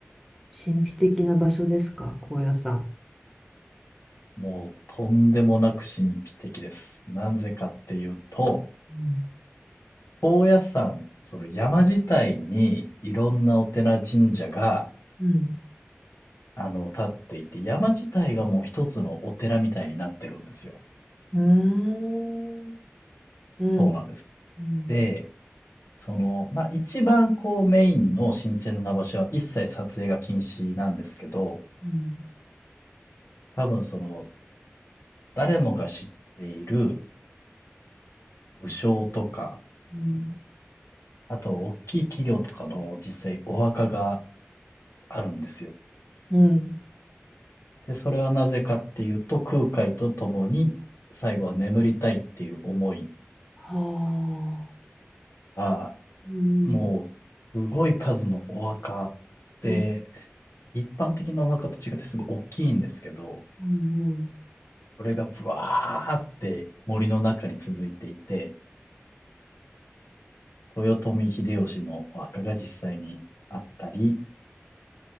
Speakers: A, in the centre; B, on the left.
A: 神秘的な場所ですか、高野山。
B: もうとんでもなく神秘的です。なぜかっていうと、
A: うん。
B: 高野山、その山自体にいろんなお寺神社が、
A: うん
B: あの、立っていて、山自体がもう一つのお寺みたいになってるんですよ。
A: うーん。うん。
B: そうなんです。
A: うん。
B: で、その、まあ、一番こうメインの神聖な場所は一切撮影が禁止なんですけど、
A: うん。
B: 多分その、誰もが知っている武将とか、
A: うん。
B: あと大きい企業とかの実際お墓があるんですよ。
A: うん。
B: で、それはなぜかっていうと、空海と共に最後は眠りたいっていう思い
A: はあ。
B: が、
A: うん。
B: もうすごい数のお墓で、
A: うん。
B: 一般的なお墓と違ってすごい大きいんですけど、
A: うん。
B: それがブワーって森の中に続いていて、豊臣秀吉のお墓が実際にあったり、